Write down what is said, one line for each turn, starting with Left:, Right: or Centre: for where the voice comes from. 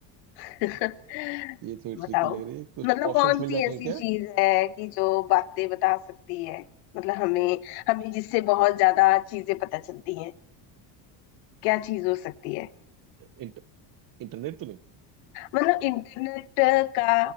Left: <laughs>
Right: ये थोड़ी
Left: बताओ
Right: ट्रिकी लग रही है कुछ
Left: मतलब
Right: ऑप्शंस
Left: कौन
Right: मिल
Left: सी
Right: जाएंगे
Left: ऐसी
Right: क्या
Left: चीज है कि जो बातें बता सकती है मतलब हमें हमें जिससे बहुत ज्यादा चीजें पता चलती हैं क्या चीज हो सकती है
Right: इंट, इंटरनेट तो नहीं
Left: मतलब इंटरनेट का